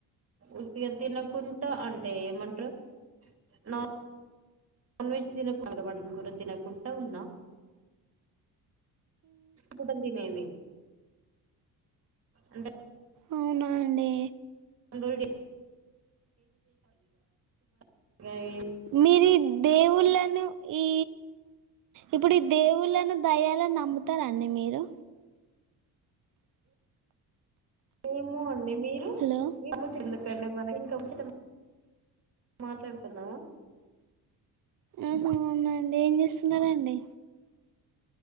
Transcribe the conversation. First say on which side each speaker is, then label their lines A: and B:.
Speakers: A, on the right; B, on the right.
A: ఉతిగా తినకుండా అంటే ఏమంటారు నా నాన్ వెజ్ తినరవట గుర తినకుండా ఉన్నా కుడం తినది అంట
B: అవునా అండి
A: గా <unintelligible>
B: మీరి దేవుళ్లను ఈ ఇప్పుడు ఈ దేవుళ్ళను దెయ్యాలను నమ్ముతారా మీరు
A: ఏమో అండి మీరు
B: హలో
A: ఏమో చిల్లుకి వెళ్ళి మన ఇంకా ఉచితం మాట్లాడుకుందావా
B: ఆ అవునాండి ఏం చేస్తున్నార అండి